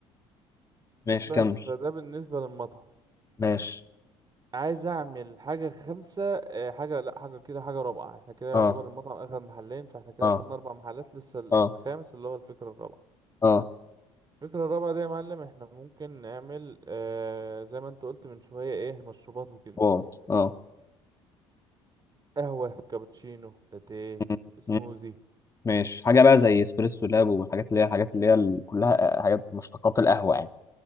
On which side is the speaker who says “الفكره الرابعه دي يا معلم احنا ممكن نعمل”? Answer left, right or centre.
Right